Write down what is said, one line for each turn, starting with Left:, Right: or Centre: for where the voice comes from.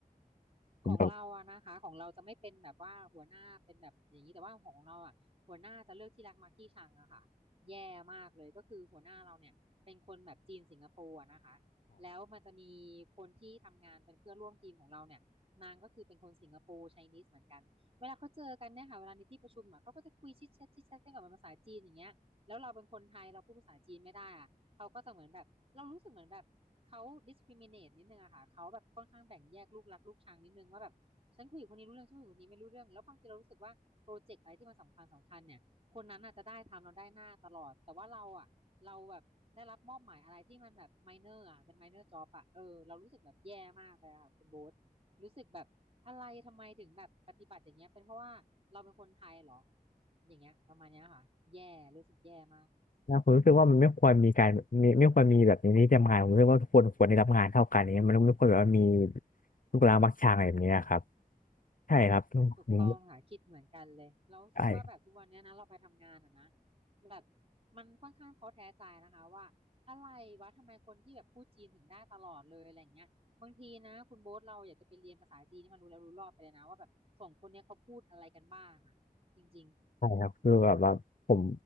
Left: ผมแบบ
Right: ของเราอะนะคะของเราจะไม่เป็นแบบว่าหัวหน้าเป็นแบบอย่างนี้แต่ว่าของเราอะหัวหน้าจะเลือกที่รักมักที่ชังอะค่ะแย่มากเลยก็คือหัวหน้าเราเนี่ยเป็นคนแบบจีนสิงคโปร์อะนะคะแล้วมันจะมีคนที่ทำงานเป็นเพื่อนร่วมทีมของเราเนี่ยนางก็คือเป็นคนสิงคโปร์ไชนีสเหมือนกันเวลาเขาเจอกันเนี่ยค่ะเวลาในที่ประชุมอะเขาก็จะคุยชิดแชทชิดแชทกันก่อนเป็นภาษาจีนอย่างเงี้ย แล้วเราเป็นคนไทยเราพูดภาษาจีนไม่ได้อะเขาก็จะเหมือนแบบเรารู้สึกเหมือนแบบเขา discriminate นิดนึงอะค่ะเขาแบบค่อนข้างแบ่งแยกลูกรักลูกชังนิดนึงว่าแบบฉันคุยกับคนนี้รู้เรื่องฉันคุยกับคนนี้ไม่รู้เรื่องแล้วบางทีเรารู้สึกว่าโปรเจกต์อะไรที่มันสำคัญสำคัญเนี่ยคนนั้นอาจจะได้ทำเราได้หน้าตลอดแต่ว่าเราอะเราแบบได้รับมอบหมายอะไรที่มันแบบ minor อะเป็น minor job อะเออเรารู้สึกแบบแย่มากเลยอะค่ะคุณโบ๊ทรู้สึกแบบอะไรทำไมถึงแบบปฏิบัติอย่างเงี้ยเป็นเพราะว่าเราเป็นคนไทยเหรอ อย่างเงี้ยประมาณเนี้ยค่ะแย่รู้สึกแย่มาก
Left: นะผมรู้สึกว่ามันไม่ควรมีการมีไม่ควรมีแบบนี้ในที่ทำงานผมรู้สึกว่าทุกคนควรได้รับงานเท่ากันอย่างเนี้ยมันไม่ควรแบบว่ามีลูกหลานมักชางอะไรแบบเนี้ยครับใช่ครับผม
Right: ถูกต้องค่ะคิดเหมือนกันเลยเรารู้สึกว่าแบบทุกวันเนี้ยนะเราไปทำงานอ่ะนะ
Left: ใช่
Right: แบบมันค่อนข้างท้อแท้ใจนะคะว่าอะไรวะทำไมคนที่แบบพูดจีนถึงได้ตลอดเลยอะไรเงี้ยบางทีนะคุณโบ๊ทเราอยากจะไปเรียนภาษาจีนที่มันรู้แล้วรู้รอบไปเลยนะว่าแบบสองคนเนี้ยเขาพูดอะไรกันบ้างอ่ะจริง
Left: ใช่ครับคือแบบว่าผม